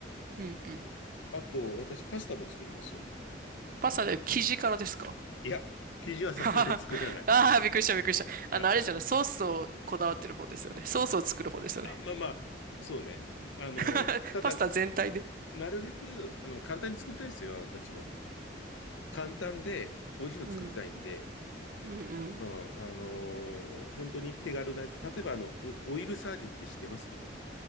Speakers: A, on the right; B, on the left.
A: うんうん。
B: あと、私、パスタも作りますよ。
A: パスタで生地からですか
B: いや、生地はさすがに作らない。
A: <laughs> ああー、びっくりした、びっくりした。
B: はい。
A: あの、あれですよね、ソースをこだわってる方ですよね。ソースを作る方ですよね。
B: あ、あまあまあ、そうね。あの、
A: <laughs>
B: ただ、
A: パスタ全体で。
B: なるべく、あの、簡単に作りたいですよ、私も。簡単で、美味しいの作りたいんで、
A: うん、うん、うん。
B: うん、あのー本当に手軽なやつ。例えば、あの、オオイルサーディンって知ってます